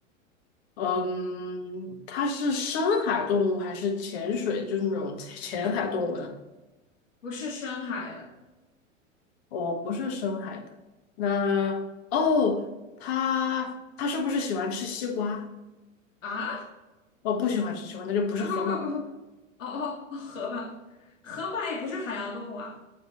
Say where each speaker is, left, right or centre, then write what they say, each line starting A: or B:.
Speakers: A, on the left (about 50°); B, on the left (about 70°).
A: 嗯，它是深海动物还是潜水？就是那种浅海动物呢？
B: 不是深海的
A: 哦，不是深海的。那哦，它它是不是喜欢吃西瓜？
B: 啊？
A: 哦，不喜欢吃西瓜，那就不是河马了。
B: 啊不不不不，哦哦哦，河马，河马也不是海洋动物啊，